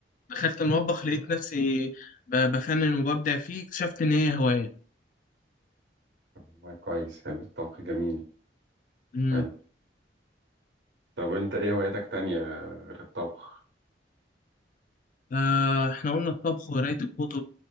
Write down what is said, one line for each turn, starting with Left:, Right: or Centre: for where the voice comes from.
Left: دخلت المطبخ لقيت نفسي ب- بفنن وببدع فيه اكتشفت إن هي هواية
Right: والله كويس حلو الطبخ جميل
Left: مم.
Right: حلو طب انت ايه هواياتك تانية غير الطبخ؟
Left: آه إحنا قلنا الطبخ وقراية الكتب